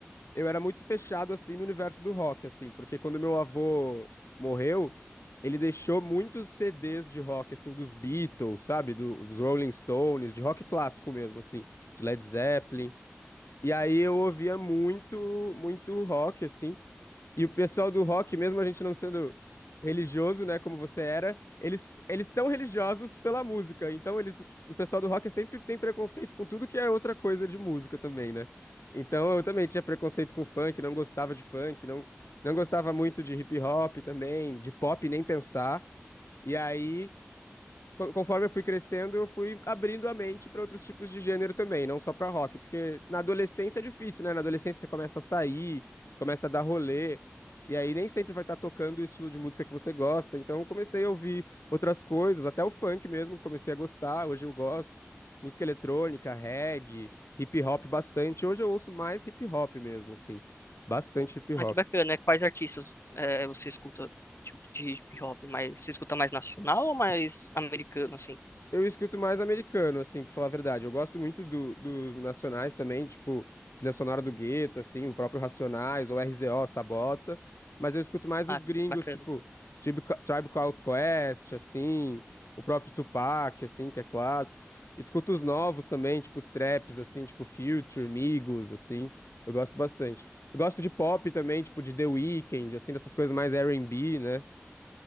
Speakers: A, on the left (about 85°); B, on the left (about 65°).
A: eu era muito fechado assim no universo do rock, assim, porque quando meu avô morreu, ele deixou muitos CDs de rock, assim, dos Beatles, sabe? Do- Dos Rolling Stones, de rock clássico mesmo, assim, de Led Zeppelin. E aí eu ouvia muito, muito rock, assim. E o pessoal do rock, mesmo a gente não sendo religioso, né, como você era, eles, eles são religiosos pela música. Então eles, o pessoal do rock sempre tem preconceito com tudo que é outra coisa de música também, né? Então eu também tinha preconceito com funk, não gostava de funk, não não gostava muito de hip hop também, de pop nem pensar. E aí co- Conforme eu fui crescendo, eu fui abrindo a mente para outros tipos de gênero também, não só para rock, porque na adolescência é difícil, né? Na adolescência você começa a sair, começa a dar rolê, e aí nem sempre vai estar tocando o estilo de música que você gosta. Então eu comecei a ouvir outras coisas, até o funk mesmo, comecei a gostar, hoje eu gosto. Música eletrônica, reggae, hip hop bastante. Hoje eu ouço mais hip hop mesmo, assim, bastante hip
B: Ah,
A: hop.
B: que bacana, né? Quais artistas eh, você escuta, tipo, de hip-hop? Mas você escuta mais nacional ou mais americano, assim?
A: Eu escuto mais americano, assim, pra falar a verdade. Eu gosto muito do- dos nacionais também, tipo, trilha sonora do Gueto, assim, o próprio Racionais, ou RZO, Sabota. Mas eu escuto mais
B: Ah,
A: os gringos,
B: bacana.
A: tipo, Tribe, Ca- Tribe Called Quest, assim, o próprio Tupac, assim, que é clássico. Escuto os novos também, tipo, os traps, assim, tipo, Future, Migos, assim. Eu gosto bastante. Eu gosto de pop também, tipo, de The Weeknd, assim, dessas coisas mais R&B, né?